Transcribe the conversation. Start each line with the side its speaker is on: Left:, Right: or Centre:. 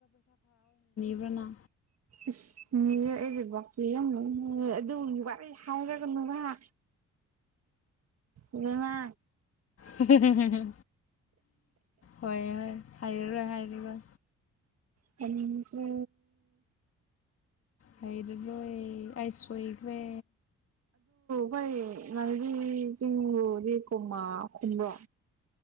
Left: ꯔꯅ
Right: ꯏꯁ ꯅꯤꯌꯦ ꯑꯩꯗꯤ ꯕꯥꯀꯤ ꯌꯥꯝ ꯂꯧꯅꯨꯍꯦ ꯑꯗꯨꯒꯨꯝꯕ ꯋꯥꯔꯤ ꯍꯥꯏꯔꯛꯀꯅꯨꯍꯥ ꯏꯕꯤꯃꯥ
Left: ꯍꯦ ꯍꯦ ꯍꯣꯏ ꯍꯣꯏ ꯍꯥꯏꯔꯔꯣꯏ ꯍꯥꯏꯔꯔꯣꯏ
Right: ꯇꯅꯤꯡꯇ꯭ꯔꯦ
Left: ꯍꯥꯏꯔꯔꯣꯏ ꯑꯩ ꯁꯣꯏꯈ꯭ꯔꯦ
Right: ꯈꯣꯢ ꯏꯃꯥꯟꯅꯕꯤ ꯆꯤꯡꯗꯨꯗꯤ ꯀꯨꯝꯃꯥ ꯈꯨꯝꯕ꯭ꯔꯣ